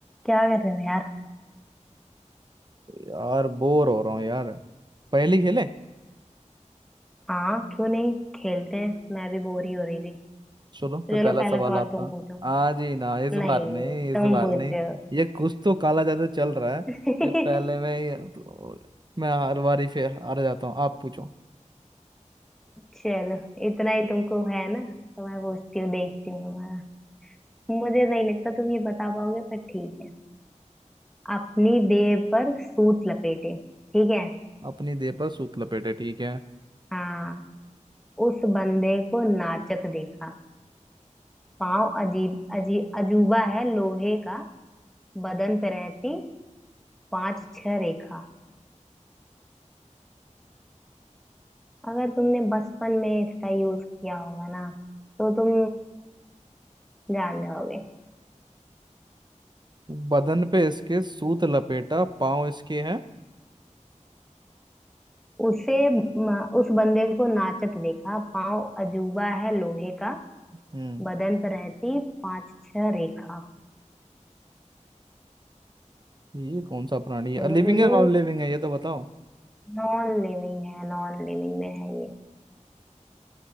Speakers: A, in the centre; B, on the right.
A: क्या कर रहे हो यार
B: यार बोर हो रहा हूँ यार पहली खेले
A: हाँ क्यों नहीं खेलते हैं मैं भी बोर ही हो रही थी
B: चलो
A: तो
B: फिर पहला
A: चलो पहला
B: सवाल
A: सवाल
B: आपका
A: तुम पूछो
B: आज ही ना इस
A: नहीं
B: बार नहीं इस
A: तुम
B: बार
A: पूछो
B: नहीं ये कुछ तो काला जादू चल रहा है
A: <laughs>
B: ये पहले मैं ये- मैं हर बारी फिर हार जाता हूँ आप पूछो
A: चलो इतना ही तुमको है ना तो मैं पूछती हूँ देखती हूँ तुम्हारा मुझे नहीं लगता तुम ये बता पाओगे पर ठीक है अपनी देह पर सूत लपेटे ठीक है
B: अपनी देह पर सूत लपेटे ठीक है
A: हाँ उस बंदे को नाचत देखा पाँव अजीब अजीब अजूबा है लोहे का बदन पे रहती पांच छह रेखा अगर तुमने बचपन में इसका यूज किया होगा ना तो तुम जान जाओगे
B: बदन पे इसके सूत लपेटा पाँव इसके हैं
A: उसे म- उस बंदे को नाचत देखा पाँव अजूबा है लोहे का
B: हम्म
A: बदन पर रहती पांच छह रेखा
B: ये कौन सा प्राणी है
A: बोलो
B: लिविंग
A: बोलो
B: है नॉन लिविंग है ये तो बताओ
A: नॉन लिविंग है नॉन लिविंग में है ये